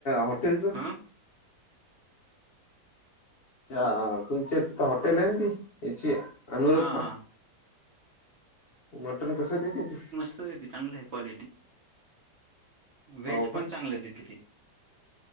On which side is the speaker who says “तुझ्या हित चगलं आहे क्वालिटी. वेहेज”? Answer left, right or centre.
Right